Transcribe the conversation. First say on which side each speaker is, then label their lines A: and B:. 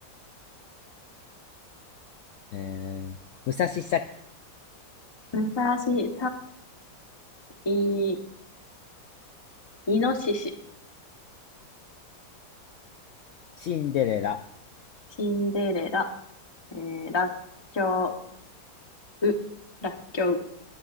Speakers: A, on the left; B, on the left.
A: えー、武蔵境、
B: 武蔵境、い、いのしし、
A: シンデレラ、
B: シンデレラ、えー、らっきょう、う、らっきょう、